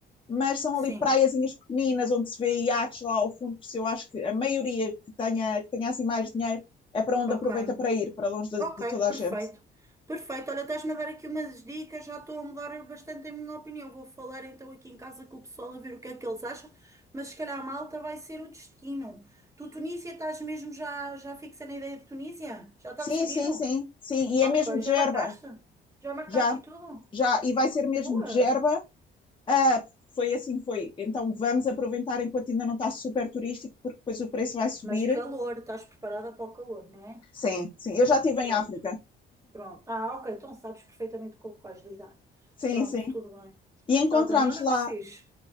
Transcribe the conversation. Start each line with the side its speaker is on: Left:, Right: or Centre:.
Left: mas são
Right: Sim,
Left: ali praiazinhas pequeninas, onde se vê iates lá ao fundo, por isso eu acho que a maioria que tenha, que tenha assim mais dinheiro é para onde
Right: ok.
Left: aproveita para ir, para longe de,
Right: Ok,
Left: de toda
Right: perfeito.
Left: a gente.
Right: Perfeito. Olha, estás-me a dar aqui umas dicas. Já estou a mudar bastante a minha opinião. Vou falar então aqui em casa com o pessoal a ver o que é que eles acham. Mas se calhar a Malta vai ser o destino. Tu, Tunísia, estás mesmo já, já fixa na ideia de Tunísia? Já está
Left: Sim,
Right: decidido?
Left: sim, sim, sim, e
Right: Ok,
Left: é mesmo de
Right: já
Left: Gerba,
Right: marcaste? Já marcaste
Left: já.
Right: e tudo?
Left: já, e vai ser mesmo
Right: Boa.
Left: de Gerba, uh, foi assim, foi. Então vamos aproveitar enquanto ainda não está super turístico, porque depois o preço vai subir.
Right: Mas calor, estás preparada para o calor, não é?
Left: Sim, sim, eu já estive
Right: Pronto,
Left: em África.
Right: pronto. Ah, ok, então sabes perfeitamente com o que vais lidar.
Left: Sim,
Right: Pronto,
Left: sim.
Right: tudo bem.
Left: E encontramos
Right: Está bem, olha
Left: lá,
Right: que fixe.